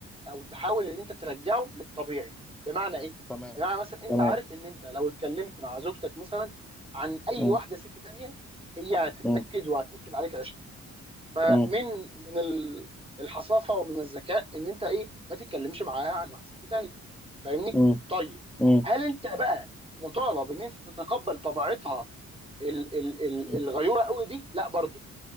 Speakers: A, on the right; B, in the centre.
A: او تحاول ان انت ترجعه للطبيعي بمعنى ايه
B: تمام
A: بمعنى مثلا انت
B: تمام
A: عارف ان انت لو اتكلمت مع زوجتك مثلا عن اي
B: مم.
A: واحده ست تانية هي هتتنكد
B: مم.
A: وهتنكد عليك 20 فمن
B: مم.
A: من ال- الحصافه ومن الذكاء ان انت ايه ما تتكلمش معاها عن واحد ست تاني فاهمني
B: مم.
A: طيب
B: مم.
A: هل انت بقى مطالب ان انت تتقبل طبيعتها ال ال ال
B: مم.
A: الغيوره قوي دي لا برضه